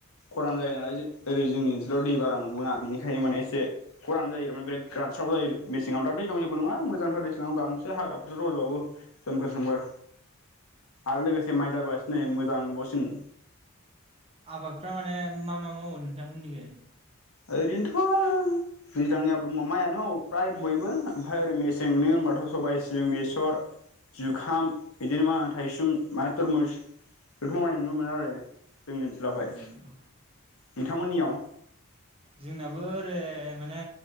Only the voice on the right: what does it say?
अ
आबादफ्रा माने मा मा मावो नोंथांमोननिखै?
उम
जोंनाबो ओरै माने